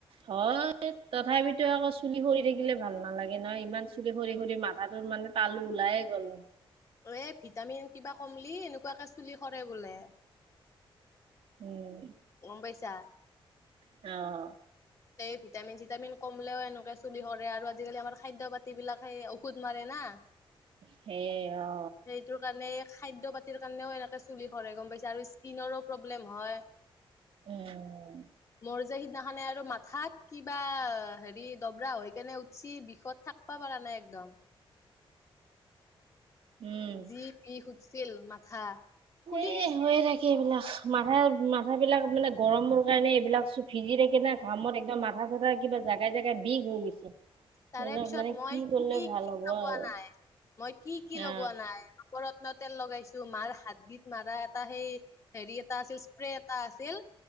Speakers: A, on the right; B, on the left.
A: হয় তথাপিতো আকৌ চুলি সৰি থাকিলে ভাল নালাগে নহয় ইমান চুলি সৰি সৰি মাথাটো মানে তালো ওলাইে গ'ল।
B: এ ভিটামিন কিবা কমলি এনেকুৱাকে চুলি সৰে বোলে।
A: উম
B: গম পাইছাঁ?
A: অ
B: এই ভিটামিন চিটামিন কমলেও এনেকে চুলি সৰে আৰু আজিকালি আমাৰ খাদ্য পাতি বিলাক ঔষধ মাৰে না।
A: সেই অ
B: সেইটো কাৰণে এই খাদ্য পাতিৰ কাৰণেও এনেকে চুলি সৰে গম পাইছাঁ আৰু স্কিনৰো প্ৰব্লেম হয়।
A: উম
B: মোৰ যে সিদিনাখনে আৰু মাথাত কিবা হেৰি দবৰা হৈ কেনে উঠছি বিষত থাক ব পাৰা নাই একদম।
A: উম
B: যি বিষ উঠিছিল মাথা। ফুলি
A: এ
B: গৈছিল
A: হৈয়ে থাকে এইবিলাক মাথা মাথা বিলাক মানে গৰমৰ কাৰণে এইবিলাক ভিজি থাকি না ঘামত একদম মাথা চাথা কিবা জাগাই জেগাই বিষ হৈ গৈছে।
B: তাৰে
A: এইবিলাক
B: পিছত
A: মানে
B: মই
A: কৰিলে
B: কি
A: ভাল
B: কি
A: হ'ব
B: লগোৱা
A: আৰু
B: নাই মই কি কি লগোৱা
A: অ
B: নাই। নৱৰন্ত তেল লগাইছোঁ মাৰ হাড়দিত মাৰা এটা সেই হেৰি এটা আছিল স্প্ৰে এটা আছিল।